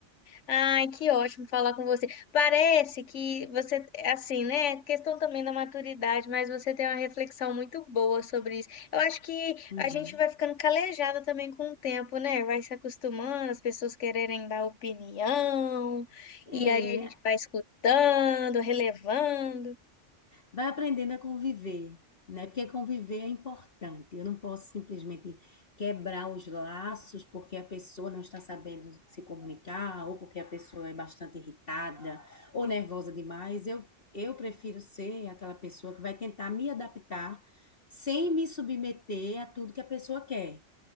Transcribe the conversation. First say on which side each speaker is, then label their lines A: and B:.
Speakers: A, on the left (about 75°); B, on the left (about 50°).
A: Ai, que ótimo falar com você. Parece que você, assim, né? Questão também da maturidade, mas você tem uma reflexão muito boa sobre isso. Eu acho que
B: Uhum.
A: a gente vai ficando calejada também com o tempo, né? Vai se acostumando, as pessoas quererem dar opinião,
B: É,
A: e aí a gente vai escutando, relevando.
B: vai aprendendo a conviver, né? Porque conviver é importante. Eu não posso simplesmente quebrar os laços porque a pessoa não está sabendo se comunicar, ou porque a pessoa é bastante irritada ou nervosa demais. Eu, eu prefiro ser aquela pessoa que vai tentar me adaptar sem me submeter a tudo que a pessoa quer.